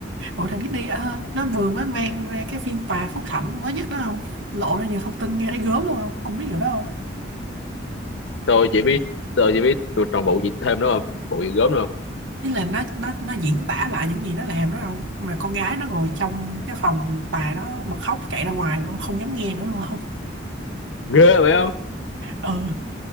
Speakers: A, on the right; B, on the left.
A: Ủa thằng Disney à, nó vừa mới mang ra cái phiên tòa phúc thẩm mới nhất đó không? Lộ ra nhiều thông tin nghe thấy gớm luôn không? Không biết điều đó không?
B: tôi chỉ biết tôi chỉ biết tôi còn vụ gì thêm nữa không vụ gì gớm nữa không
A: Ý là nó nó nó diễn tả lại những gì nó làm đó không? Mà con gái nó ngồi trong cái phòng tòa đó bật khóc chạy ra ngoài luôn, không dám nghe nữa luôn không?
B: ghê vậy không
A: <laughs> Ừ.